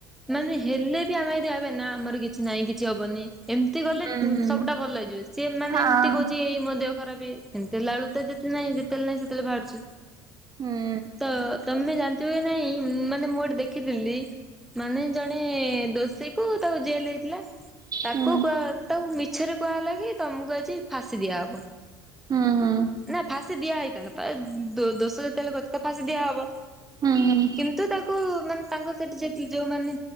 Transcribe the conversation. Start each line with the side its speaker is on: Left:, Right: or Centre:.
Centre: ମାନେ ହେଲେ ବି ଆମେ ଏଦି ଆବେ ନା ଆମର କିଛି ନାହିଁ କିଛି ହବନି। ଏମିତି ଗଲେ
Right: ହୁଁ ହୁଁ
Centre: ସବୁଟା ଭଲ ହେଇଯିବେ ସିଏ ମାନେ
Right: ହଁ
Centre: ଏମିତି କହୁଛି ଏଇ ମୋ ଦେହ ଖରାପ ବି ସେମିତି ହେଲା ବେଳକୁ ତ ଯେ ନାଇଁ ଯେତେବେଳେ ନାଇଁ ସେତେବେଳେ ବାହାରୁଛି?
Right: ହୁଁ।
Centre: ତ ତମେ ଜାଣିଥିବ କି ନାଇଁ ମାନେ ମୁଁ ଗୋଟେ ଦେଖିଥିଲି। ମାନେ ଜଣେ ଦୋଷୀ କୁ ତାକୁ ଜେଲ ହେଇଥିଲା। ତାକୁ
Right: ହୁଁ
Centre: କୁହା ତାକୁ ମିଛରେ କୁହା ହେଲା କି ତମକୁ ଆଜି ଫାଶୀ ଦିଆହବ।
Right: ହୁଁ ହୁଁ।
Centre: ନା ଫାସି ଦିଆ ହେଇଥାନ୍ତା ତା ଦୋଷ ଯେତେବେଳେ କରିଛି ତାକୁ ଫାଶୀ ଦିଆ ହବ।
Right: ହୁଁ ହୁଁ ହୁଁ
Centre: କିନ୍ତୁ ତାଙ୍କୁ ମାନେ ତାଙ୍କ ସେଠି ଯେତିକି ଯୋଉମାନେ